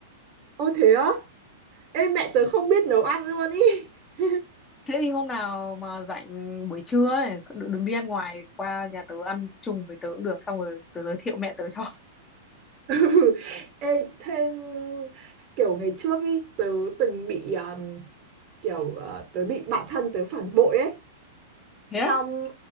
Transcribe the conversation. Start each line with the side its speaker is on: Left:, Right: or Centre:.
Right: Ô thế á? Ê mẹ tớ không biết nấu ăn luôn ý. <laughs>
Left: thế thì hôm nào mà rảnh buổi trưa ấy đừng đừng đi ăn ngoài qua nhà tớ ăn chung với tớ cũng được xong rồi tớ giới thiệu mẹ tớ cho
Right: Ừ. Ê thêm kiểu ngày trước ý tớ từng bị um, kiểu uh, tớ bị bạn thân tớ phản bội ấy.
Left: <laughs> thế á
Right: xong